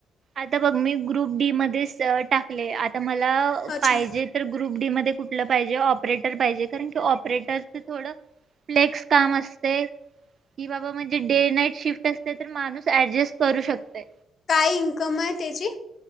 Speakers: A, on the right (about 50°); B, on the left (about 50°).
A: आता बघ मी ग्रुप डी मध्येच टाकलय मला
B: अच्छा
A: पाहिजे तर ग्रुप डी मध्ये कुठलं पाहिजे ऑपरेटर तर पाहिजे कारण की ऑपरेटरच थोड फ्लेक्स काम असतयं कि बाबा म्हणजे डे-नाईट शिफ्ट असते तर माणूस ऍडजेस्ट करू शकतयं.
B: इनंकम आहे तेजी